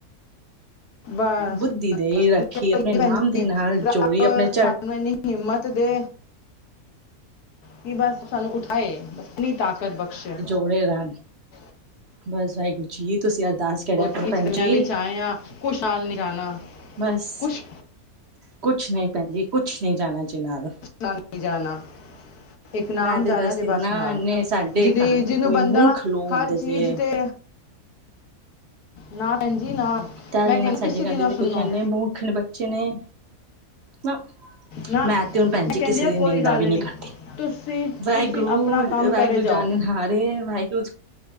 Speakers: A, on the left; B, on the right.
A: ਬਸ
B: ਬੁੱਧੀ ਦੇ
A: ਬਸ
B: ਰੱਖੀ ਆਪਣੇ ਨਾਮ
A: ਭੈਣਜੀ,
B: ਦੇ ਨਾਲ
A: ਰੱਬ
B: ਜੋੜੀ ਆਪਣੇ ਚੜ
A: ਸਾੰਨੁ ਇਹਨੀ ਹਿੰਮਤ ਦੇ ਕਿ ਬਸ ਸਾਨੂੰ ਉਠਾਏ, ਇਤਨੀ ਤਾਕਤ ਬਖਸ਼ੇ।
B: ਉੜੇ ਰਹਿਣ
A: ਹ। <inaudible>
B: ਬਸ ਵਾਹਿਗੁਰੂ ਜੀ, ਤੁਸੀਂ ਅਰਦਾਸ ਕਰਿਆ ਕਰੋ
A: ਕੀ ਚਾਹੀਦਾ?
B: ਭੈਣ
A: ਦੁਨੀਆ
B: ਜੀ।
A: ਵਿੱਚ ਆਏ ਆ ਕੁਛ ਨਾਲ ਨਹੀਂ ਜਾਣਾ
B: ਬਸ।
A: ਕੁਛ
B: ਕੁਛ ਨਹੀਂ ਭੈਣਜੀ, ਕੁਛ ਨਹੀਂ ਜਾਣਾ ਜੇ ਨਾਲ।
A: ਨਾਲ ਨਹੀਂ ਜਾਣਾ। ਇੱਕ ਨਾਮ
B: ਮੈਂ
A: ਜਾਣਾ
B: ਤੇ ਦੱਸਦੀ
A: ਜੇ
B: ਨਾ
A: ਬੱਸ ਨਾਲ,
B: ਇੰਨੇ ਸਾਡੇ
A: ਜਿਹਦੀ,
B: ਘਰ
A: ਜਿਹਨੂੰ
B: ਦੇ ਕੋਈ
A: ਬੰਦਾ
B: ਮੂਰਖ ਲੋਕ ਹੁੰਦੇ
A: ਹਰ ਚੀਜ਼
B: ਜੇ।
A: ਤੇ ਨਾ, ਭੈਣ ਜੀ, ਨਾ।
B: ਤਾ
A: ਮੈਂ
B: ਵੀ
A: ਕਹਿੰਦੀ
B: ਨਾ, ਸਾਡੇ
A: ਕਿਸੇ
B: ਘਰਦੇ
A: ਦੀ ਨਾ
B: ਦੇ
A: ਸੁਣੋ
B: ਕੁਛ ਮੁਰਖ ਬੱਚੇ ਨੇ, ਨਾ
A: ਨਾ
B: ''ਮੈਂ ਤੇ ਹੁਣ ਭੈਣਜੀ,
A: ਮੈਂ ਕਹਿੰਦੀ
B: ਕਿਸੇ
A: ਆ
B: ਦੀ
A: ਕੋਈ
B: ਨਿੰਦਾ
A: ਗੱਲ
B: ਵੀ ਨਹੀਂ ਕਰਦੀ।
A: ਤੁਸੀਂ
B: ਵਾਹਿਗੁਰੂ,
A: ਤੁਸੀਂ ਆਪਣਾ ਕੰਮ
B: ਵਾਹਿਗੁਰੂ
A: ਕਰੇ ਜਾਓ
B: ਜਾਨਣ। ਹਾਰੇ, 'ਵਾਹਿਗੁਰੂ'